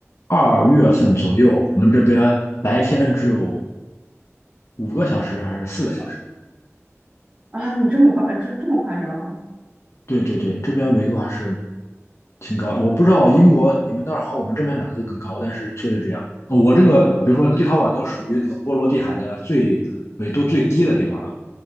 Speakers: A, on the left (about 65°); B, on the right (about 25°).
A: 二月份左右，我们这边白天只有五个小时还是四个小时？
B: 啊？你这么夸，这这么夸张
A: 对对对，这边纬度还是挺高的我不知道英国你们那儿和我们这边哪个更高，但是确实这样。哦我这个比如说立陶宛都属于那个波罗的海的最纬度最低的地方了，